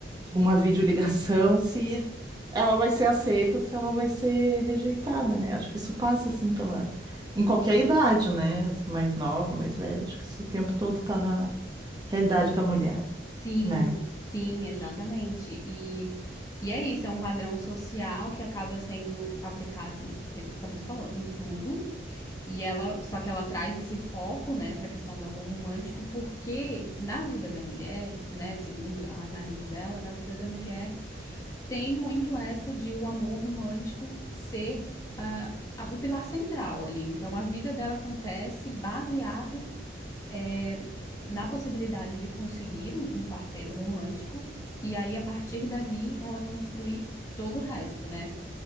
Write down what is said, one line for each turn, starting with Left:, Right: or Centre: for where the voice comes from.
Right: uma videoligação, se ela vai ser aceita ou se ela vai ser rejeitada, né? Acho que isso passa assim pela em qualquer idade, né? Mais nova, mais velha, acho que isso o tempo todo tá na realidade da mulher,
Left: Sim,
Right: né?
Left: sim, exatamente. E, e é isso, é um padrão social que acaba sendo aplicado, eh, como tu falou, em tudo. E ela, só que ela traz esse foco, né, para a questão do amor romântico, porque na vida da mulher, né, segundo a análise dela, na vida da mulher tem muito essa de o amor romântico ser ah, o pilar central ali. Então, a vida dela acontece baseado eh, na possibilidade de conseguir um, um parceiro romântico e aí, a partir dali, ela construir todo o resto, né?